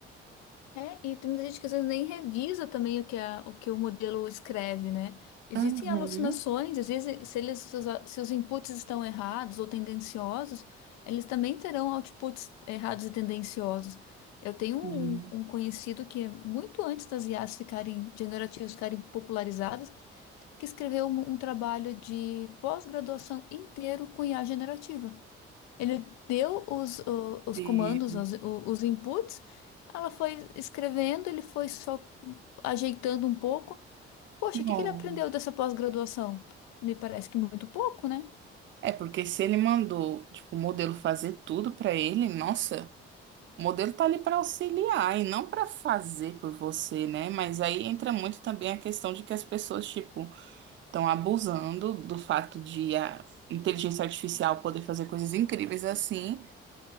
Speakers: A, on the left (about 60°); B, on the right (about 40°).
A: É, e tem muita gente que às vezes nem revisa também o que, a, o que o modelo escreve, né? Existem
B: Uhum.
A: alucinações, às vezes, se eles, se os, a- se os inputs estão errados ou tendenciosos, eles também terão outputs errados e tendenciosos. Eu tenho um,
B: Sim.
A: um conhecido que, é muito antes das IAs ficarem generativas, ficarem popularizadas, que escreveu um, um trabalho de pós-graduação inteiro com IA generativa. Ele deu os, o- os
B: Sim.
A: comandos, os, o- os inputs, ela foi escrevendo, ele foi só ajeitando um pouco. Poxa,
B: Não.
A: o que que ele aprendeu dessa pós-graduação? Me parece que muito pouco, né?
B: É porque se ele mandou, tipo, o modelo fazer tudo pra ele, nossa, o modelo tá ali pra auxiliar e não pra fazer por você, né? Mas aí entra muito também a questão de que as pessoas, tipo, estão abusando do fato de a inteligência artificial poder fazer coisas incríveis assim.